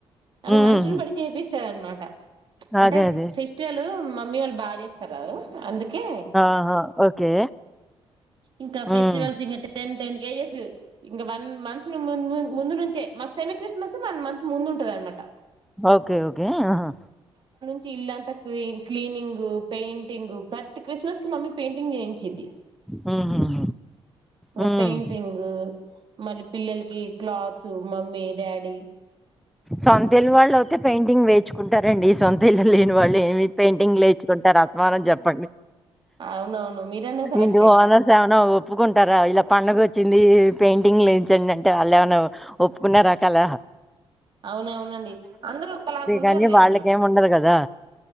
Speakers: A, on the right; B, in the centre.
A: అను
B: హ్మ్
A: మనుషుని బటి చెపిస్తదన్మట ట అంటే
B: అదే అదే
A: ఫెస్టివలు మమ్మీవాళ్ళు బాజేస్తారు అందుక్ కే
B: ఆహా ఓకే
A: ఇంక
B: హ్మ్
A: ఫెస్టివల్స్ ఇంగా టెన్ టెన్ కేజస్ ఇంకా వన్ మంత్ ను ముంద్ ముంద్ ముందునుంచే. మాకు సెమీ క్రిస్మస్ వన్ మంత్ ముందు ఉంటదనమాట
B: ఓకే ఓకే ఆహా
A: చి ఇల్లంతా క్లి క్లీనింగు, పెయింటింగు ప్రత్ తి క్రిస్మస్ కి మమ్మీ పెయింటింగ్ జేయించిది.
B: హ్మ్ హ్మ్
A: ఇంగ
B: హ్మ్
A: పెయింటింగ్ మళ్ళీ పిల్లలకి క్లాత్స్ మమ్మీ డాడీ
B: సొంత ఇల్లవాళ్ళు అవతే పెయింటింగ్ వేచుకుంటారండి. ఈ సొంత ఇల్లు లేని వాళ్ లేమి పెయింటింగ్లేర్చుకుంటార వరన్ జెప్పండి
A: అవునవును మీరన్నది కరెక్టే
B: ఇంటి ఓనర్స్ ఏమన్నా ఒప్పుకుంటారా. ఇలా పండుగోచ్చింది పెయింటింగ్లేయించండి అంటే వాళ్ళేమన్నా ఒప్పుకున్నే రకాల
A: అవున అవునండి అందరూ ఒకలాగు ఉండరులేండి
B: గానీ వాళ్ళకేమి ఉండదు కదా!